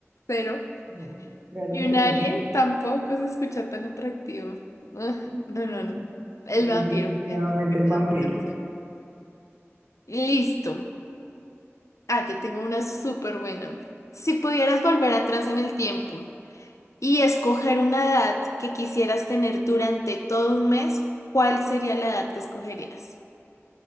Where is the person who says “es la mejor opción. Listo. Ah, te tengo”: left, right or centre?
Left